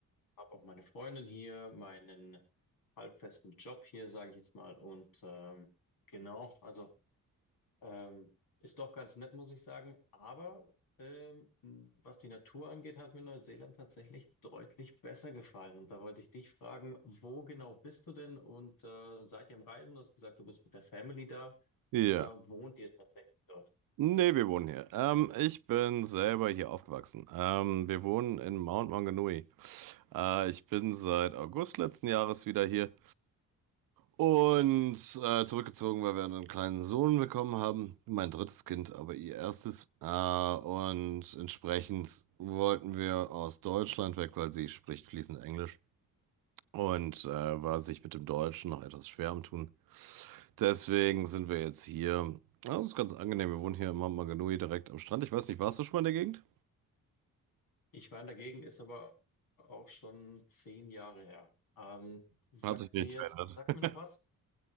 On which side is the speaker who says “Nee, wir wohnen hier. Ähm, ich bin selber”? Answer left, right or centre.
Right